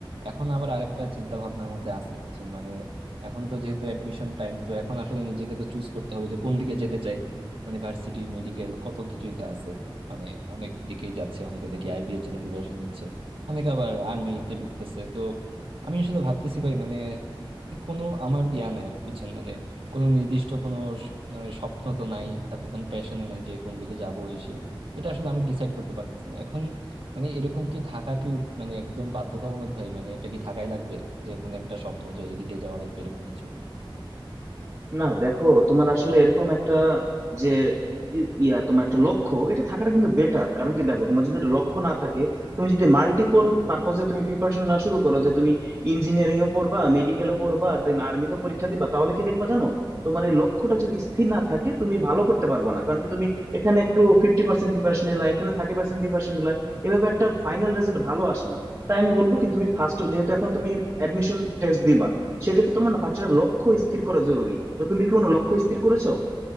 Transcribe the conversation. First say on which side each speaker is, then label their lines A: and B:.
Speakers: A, on the right (about 75°); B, on the right (about 25°).
A: এখন আবার আরেকটা চিন্তা ভাবনার মধ্যে আছি বুঝছেন মানে এখন তো যেহেতু অ্যাডমিশন টাইম তো এখন আসলে নিজেকে তো চুজ করতে হবে যে কোন দিকে যেতে চাই মানে ভার্সিটি মেডিকেল কত কিছুই তো আছে মানে অনেক দিকেই যাচ্ছে অনেকে দেখি আইবি এর জন্য প্রিপারেশন নিচ্ছে অনেকে আবার আর্মিতে ঢুকতেছে তো আমি আসলে ভাবতেছি ভাই মানে কোনো আমার ইয়া নাই আর কি বুঝছেন মানে কোনো নির্দিষ্ট কোনো স- আহ স্বপ্ন তো নাই তারপর কোনো প্যাশনও নাই যে কোন দিকে যাবো এই সেই এটা আসলে আমি ডিসাইড করতে পারতেছি না এখন মানে এরকম কি থাকা কি উচ- মানে একদম বাধ্যতামূলক ভাই মানে এটা কি থাকাই লাগবে যে কোনো একটা স্বপ্ন যে এদিকে যাওয়া লাগবে এরকম কিছু
B: না দেখো তোমার আসলে এরকম একটা যে ই- ইয়া তোমার একটা লক্ষ্য এটা থাকাটা কিন্তু বেটার কারণ কি দেখো তোমার যদি একটা লক্ষ্য না থাকে তুমি যদি মাল্টিপল পারপজে তুমি প্রিপারেশন না শুরু করো যে তুমি ইঞ্জিনিয়ারিং এও পড়বা মেডিকেলও পড়বা দেন আর্মিকে পরীক্ষা দিবা তাহলে কি দেখবা জানো তোমার এই লক্ষ্যটা যদি স্থির না থাকে তুমি ভালো করতে পারবা না কারণ কি তুমি এখানে একটু ফিফটি পার্সেন্ট প্রিপারেশন নিলা এখানে থার্টি পার্সেন্ট প্রিপারেশন নিলা এভাবে একটা ফাইনাল রেজাল্ট ভালো আসে না তাই আমি বলবো কি তুমি ফার্স্ট যেহেতু এখন তুমি অ্যাডমিশন টেস্ট দিবা সেক্ষেত্রে তোমার না ফার্স্ট একটা লক্ষ্য স্থির করা জরুরি তো তুমি কি কোনো লক্ষ্য স্থির করেছো